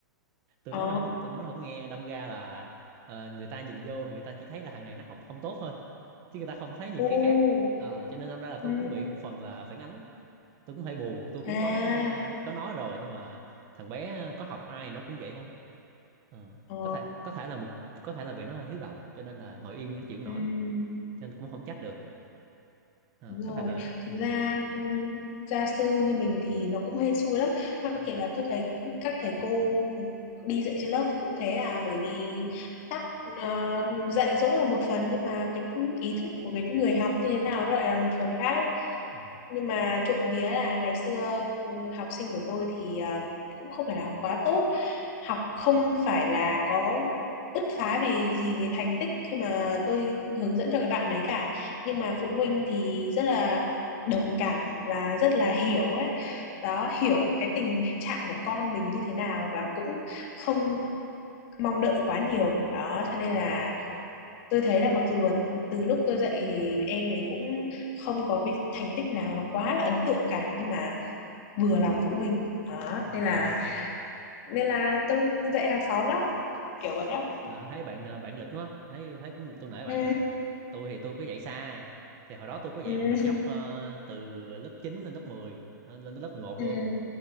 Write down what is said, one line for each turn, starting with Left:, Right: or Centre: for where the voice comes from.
Right: tôi
Left: Ồ.
Right: nói nó không tôi nói nó không nghe đâm ra là ờ, người ta nhìn vô thì người ta chỉ thấy là thằng này nó học không tốt thôi chứ người ta không thấy những
Left: Ừ.
Right: cái khác Ờ, cho nên đâm ra là
Left: Ừ.
Right: tôi cũng bị một phần là phản ánh tôi cũng hơi buồn tôi cũng
Left: À,
Right: có có nói rồi nhưng mà thằng bé có học ai thì nó cũng vậy thôi Ờ,
Left: ờ,
Right: có thể có thể là một có thể là vì nó hơi hiếu động cho nên là ngồi yên nó chịu không nổi
Left: ừm,
Right: cho nên cũng không trách được Ờ,
Left: Đúng rồi,
Right: có thể là
Left: thực
Right: ừ.
Left: ra ừ, gia sư như mình thì nó cũng hên xui lắm Mà
Right: Ừ.
Left: kể cả tôi thấy các thầy cô ừ, đi dạy trên lớp thì cũng thế à Bởi vì tắc ờ, dạy dỗ là một phần Nhưng mà cái ý thức của cái người học như thế nào nó lại là một phần khác ấy.
Right: Ờ,
Left: Nhưng mà trộm vía là ngày xưa ừ, học sinh của tôi thì ờ, cũng không phải là học quá tốt Học không phải là có bứt phá về gì về thành tích khi mà tôi hướng dẫn cho cái bạn đấy cả nhưng mà phụ huynh thì rất là đồng cảm và rất là hiểu ấy đó hiểu cái tình trạng của con mình như thế nào và cũng không mong đợi quá nhiều đó cho nên
Right: à,
Left: là tôi thấy là mặc dù là từ lúc tôi dạy thì em ấy cũng không có cái thành tích nào nó quá là ấn tượng cả nhưng mà vừa lòng phụ huynh đó
Right: à.
Left: nên là nên là tôi dạy hàng xóm đó kiểu vậy đó
Right: À, thấy bạn ờ, bạn lịch quá thấy thấy cũng tôi nể bạn
Left: ừ
Right: á tôi thì tôi có dạy xa thì hồi đó tôi có dạy
Left: ừ
Right: một thằng nhóc
Left: ừ
Right: ờ, từ lớp 9 lên lớp mười ờ, lên tới lớp mười một
Left: ừ.
Right: luôn